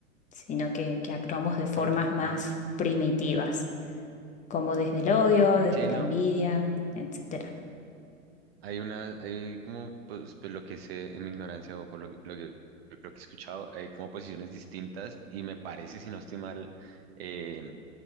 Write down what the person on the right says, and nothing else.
ok.
Sí,
¿no?
Hay una, hay como, pues, pues, lo que sé en mi ignorancia o por lo, que lo que lo que he escuchado, hay como posiciones distintas y me parece, si no estoy mal, eh,